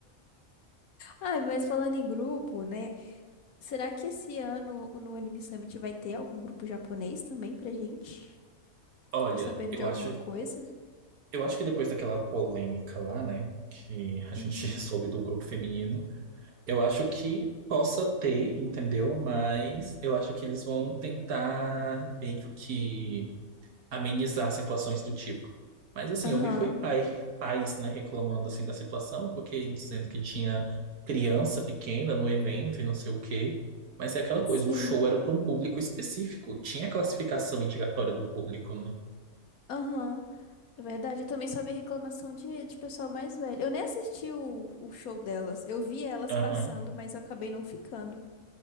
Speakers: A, on the left; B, on the right.
A: Ah, mas falando em grupo, né? Será que esse ano no Anime Summit vai ter algum grupo japonês também pra gente?
B: <laughs> Olha,
A: Ficou sabendo
B: eu
A: de alguma
B: acho,
A: coisa?
B: eu acho que depois daquela polêmica lá, né, que a gente
A: Uhum.
B: <laughs> soube do grupo feminino. Eu acho que possa ter, entendeu? Mas eu acho que eles vão tentar meio que amenizar situações do tipo. Mas assim,
A: Aham,
B: eu vi foi pai, pais, né, reclamando assim da situação, porque dizendo que tinha criança pequena no evento e não sei o quê. Mas é aquela
A: sim.
B: coisa, o show era para um público específico, tinha a classificação indicatória do público, né?
A: Aham, é verdade. Eu também só vi reclamação de, de pessoal mais velho. Eu nem assisti o, o show delas. Eu vi elas
B: Aham.
A: passando, mas eu acabei não ficando.